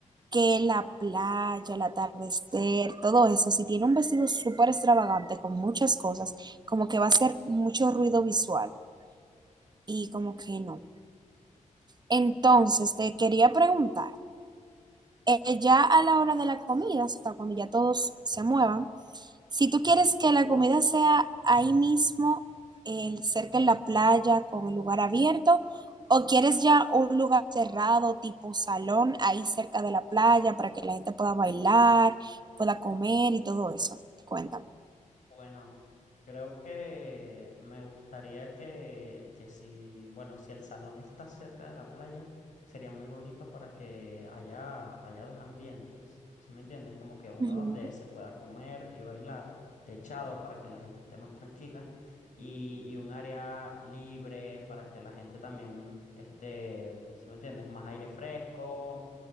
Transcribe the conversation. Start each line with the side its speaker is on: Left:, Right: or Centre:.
Right: que la playa, el atardecer, todo eso. Si tiene un vestido súper extravagante con muchas cosas, como que va a hacer mucho ruido visual y como que no. Entonces, te quería preguntar eh, ya a la hora de la comida, o sea, cuando ya todos se muevan, si tú quieres que la comida sea ahí mismo, eh, cerca en la playa, con el lugar abierto, o quieres ya un lugar cerrado, tipo salón, ahí cerca de la playa, para que la gente pueda bailar, pueda comer y todo eso. Cuéntame.
Left: Bueno, creo que me gustaría que, que si, bueno, si el salón está cerca de la playa, sería muy bonito para que haya, haya dos ambientes, ¿sí me entiendes? Como que uno
Right: Ujú.
Left: donde se pueda comer y bailar, techado para que la gente esté más tranquila, y, y un área libre para que la gente también esté, ¿sí me entiendes? Más aire fresco